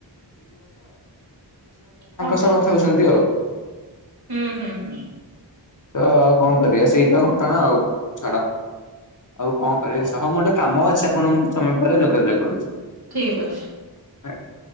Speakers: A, on the right; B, on the left.
A: ହଁ
B: ସହ
A: ହଁ
B: କଥା ହଉଛନ୍ତି ଆଉ
A: ହୁଁ ହୁଁ ହୁଁ।
B: ତ ଆଉ କଣ କରିବା ସେଇତ ଘଟଣା ଆଉ ଛାଡ ଆଉ କଣ କରିବି
A: ହଉ
B: ହ ମୁଁ ଗୋଟେ କାମ ଅଛି ଆପଣଙ୍କୁଁ କିଛି ସମୟ ପରେ ଯୋଗାଯୋଗ କରୁଛି
A: ଠିକ ଅଛି।
B: ଆଜ୍ଞ